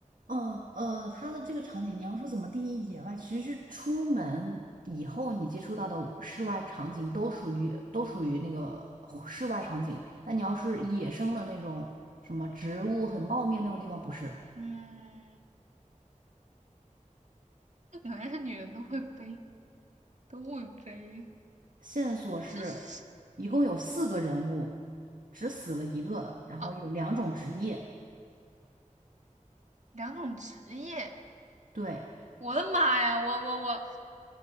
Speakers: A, on the right (about 85°); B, on the right (about 60°).
A: 嗯呃，它的这个场景，你要说怎么定义野外，其实是出门以后你接触到的室外场景都属于都属于那个室外场景。那你要是野生的那种什么植物很茂密那种地方，不是。
B: 嗯。原来是女人都会背，都会背，
A: 线索是
B: 这是
A: 一共有四个人物，只死了一个，然后有两种职业。
B: 哦，两种职业。
A: 对，
B: 我的妈呀，我我我，